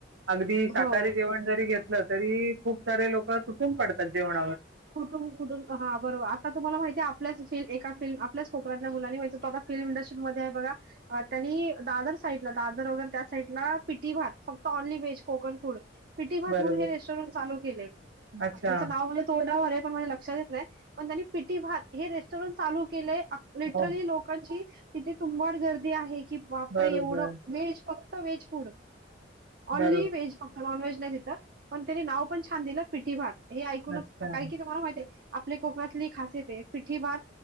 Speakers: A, on the right; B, on the right.
A: अगदी शाकाहारी
B: हो.
A: जेवण जरी घेत तरी खूप सारे लोकं तुटून पडतात जेवणावर.
B: कुठून कुठून, हा बरोबर आता तुम्हाला माहिती आहे, आपल्याच एका फिल्म आपल्याच कोकणातल्या मुलांनी माहितेय तो आता फिल्म इंडस्ट्रीमध्येध्ये आहे बघा, त्यांनी दादर साईडला दादर वगैरे त्या साइडला पिटी भात फक्त ऑनली व्हेज कोकण फूड पिटी भात
A: बरोबर
B: म्हणून हे रेस्टॉरंट चालू केलंय.
A: अच्छा
B: आता त्याचं नाव म तोंडावर आहे पणं माझ्या लक्षात येत नाही पण त्यांने पीटी भात हे रेस्टॉरंट चालू केलंय आ लिटरली
A: हो
B: लोकांची तिथे तुंबाड गर्दी आहे. की बापरे
A: बरोबर
B: एवढं व्हेज फक्त तं वेगळा फूड ऑनली
A: बरोबर
B: वेज नॉनव्हेज नाही तिथं, पण त्यानी नाव पण छान दिलं, 'पिटी भात'. हे ऐकूनच
A: अच्छा
B: कारण की, तु्हाला माहितीय, आपली कोकणातली खासियत हाये, पिठी भात